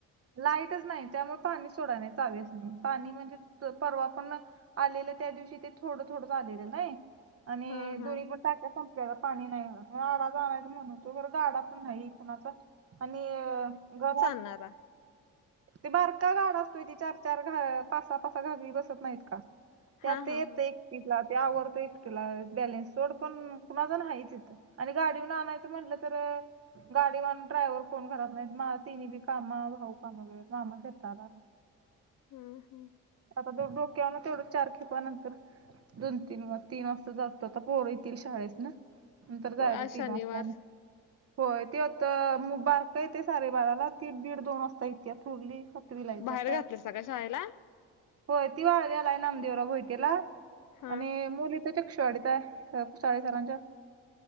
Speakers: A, on the right; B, on the left.
A: लाईटच नाही त्यामुळे पाणी सोडाय नाही चावीस नाही पाणी म्हणजे परवा पण आलेलं त्या दिवशी ते थोडं थोडं झालेलं नाही आणि
B: हा हा
A: दोन्ही पण टा त्या संपल्याला पाणी नाही आडा जावायच म्हणून तो बर गाडा पण नाही कणाचा आणि घरात.
B: हो.
A: ते मार का घाण असतोय ती चार चार घ पासा पासा घगरी बसत नाहीत का. त्यात
B: हा हा
A: येत
B: हा
A: एकटीला ते आवरडत एकटीला बॅलेन्स तोड पण कुणाचा नाहीच यथं. आणि गाडीहन आणायचं म्हटलं तर गाडी वानून ड्रायव्हर कोण करत नाही म ति बी कामा भाऊ. नाम खेताला
B: हम्म हम्म
A: आता दु डोक्या ना तेव चार खे नंतर दोन तीन तीन वाजता जातोता पोर येतील शाळेेत ना नंतर
B: होय
A: जायचं
B: आज
A: तीन
B: शनिवार
A: वाजताना होय ते आता बारका येते साडे बाराला तीड दीड दोन असत. सतीथुडली सतवी लायतात.
B: बाहेर घातलायसा का शाळेला
A: हो ती वाळव आलाय नामदेवरा भैटेला
B: हा
A: आणि
B: हा
A: मुली त्याच्या ढताय चाळीसरांच्या